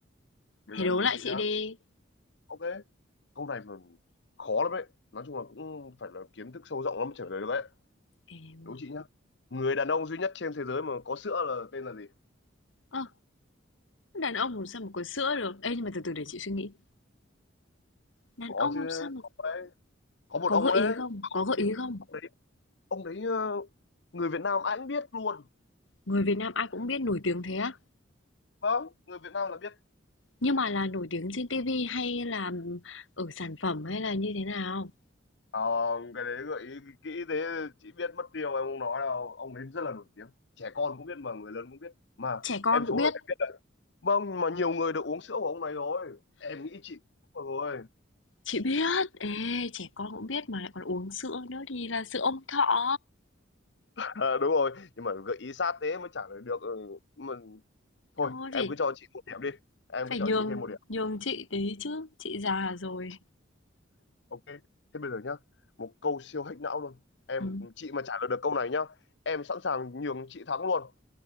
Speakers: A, on the left (about 60°); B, on the left (about 80°).
A: Đấy
B: Thế
A: là
B: đố
A: đố
B: lại
A: chị
B: chị
A: nhá.
B: đi.
A: Ok, câu này mà khó lắm đấy. Nói chung là cũng phải là kiến thức sâu rộng lắm mới trả lời được đấy.
B: Em
A: Đố chị nhá. Người đàn ông duy nhất trên thế giới mà có sữa là tên là gì?
B: Ơ, Đàn ông làm sao mà có sữa được? Ê, nhưng mà từ từ để chị suy nghĩ. Đàn
A: Có
B: ông
A: chứ,
B: làm sao mà
A: có đấy. Có một
B: có
A: ông
B: gợi
A: ấy.
B: ý không? Có gợi
A: Ê,
B: ý không?
A: Ông đấy, ông đấy ờ, người Việt Nam anh biết luôn.
B: Người Việt Nam ai cũng biết nổi tiếng thế á.
A: Vâng, người Việt Nam là biết.
B: Nhưng mà là nổi tiếng trên TV hay là ở sản phẩm hay là như thế nào?
A: Không, cái đấy gợi ý kỹ thế chị biết mất tiêu em không nói đâu. Ông ấy rất là nổi tiếng. Trẻ con cũng biết mà người lớn cũng biết. Mà
B: Trẻ con
A: em
B: cũng
A: số
B: biết.
A: rồi em biết đấy. Vâng, mà nhiều người được uống sữa của ông này rồi. Em nghĩ chị cũng rồi
B: Chị biết. Ê, trẻ con cũng biết mà lại còn uống sữa nữa thì là sữa ông thọ.
A: Ờ, đúng rồi nhưng mà gợi ý sát thế mới trả lời được ừ, mà thôi
B: Thôi
A: em
B: phải
A: cứ cho chị một điểm đi em
B: phải
A: cứ cho
B: nhường
A: chị thêm một điểm
B: nhường chị tí chứ. Chị già rồi.
A: ok thế bây giờ nhá một câu siêu hack não luôn em
B: Ừ.
A: chị mà trả lời được câu này nhá em sẵn sàng nhường chị thắng luôn